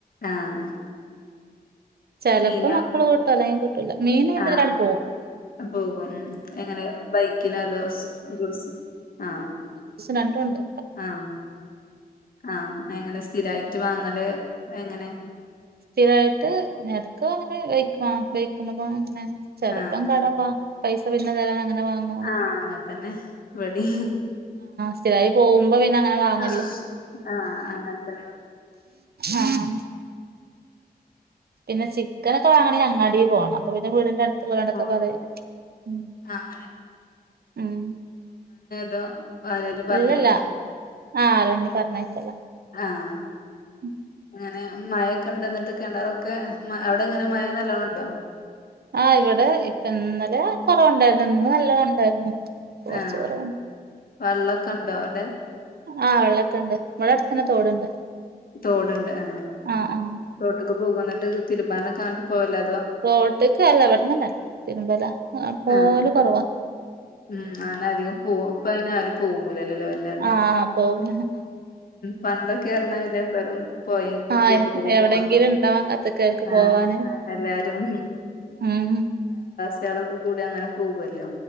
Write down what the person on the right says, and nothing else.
ചിലപ്പോ
മക്കള് കൂട്ടും അല്ലെങ്കിൽ കൂട്ടൂല മീൻീന്ത
ഒരാൾ പോകും
രണ്ടുണ്ട്
സ്ഥിരായിട്ട് നിരക്കും അങ്ങനെ വക്കും ആ വെയക്കുന്ന പോ അങ്ങനെ ചെലപ്പം
കടവാ പൈസ പിന്നെ തരാ അങ്ങനെ വാങ്ങാതെ
സ്ഥിരായി പോകുമ്പോ പിന്നെ അങ്ങനെ വാങ്ങല്ലോ
ആഹ് പിന്നെ ചിക്കനൊക്കെ വാങ്ങണേൽ അങ്ങാടി പോകണം അപ്പൊ പിന്നെ വീടിന്റെ അടു ത്തുള്ളോരോടൊക്കെ
പറയാ ഉം
ഉം
ഇല്ലല്ല ആഹ് ആരെയെങ്കിലും പറഞ്ഞേക്കുംല്ലേ
ഉം
ആഹ് ഇവിടെ ഇപ്പ ഇന്നലെ കൊറവുണ്ടായിരുന്നു ഇന്ന് നല്ലത ഉണ്ടായിരുന്നു കൊറച്ച്
കൊറവുണ്ട്
അ വെള്ളക്കെ ഇണ്ട് ഇവിടെ അടുത്തന്നെ തോടുണ്ട്
ആഹ് ആഹ്
തൊട്ട്ക്കല്ല എവിടന്നന്നെ തിരുമ്പല പോവൽ
കൊറവാ
ആപോകുന്ന
ആഹ്
എവിടെങ്കിലും
ഇണ്ടാവാൻ കാത്ത്ക്കായിരിക്കും
പോവാന്
ഉം